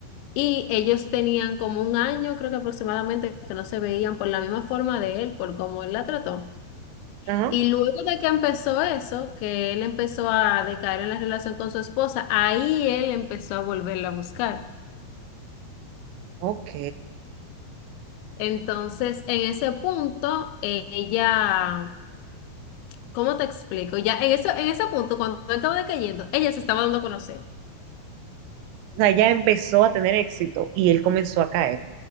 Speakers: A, on the left (about 90°); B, on the right (about 85°).
A: Y ellos tenían como un año, creo que aproximadamente, que no se veían por la misma forma de él, por cómo él la trató.
B: Ajá,
A: Y luego de que empezó eso, que él empezó a decaer en la relación con su esposa, ahí él empezó a volverla a buscar.
B: ok.
A: Entonces, en ese punto, eh, ella... ¿Cómo te explico? Ya en eso, en ese punto, cuando él estaba decayendo, ella se estaba dando a conocer.
B: O sea, ya empezó a tener éxito y él comenzó a caer.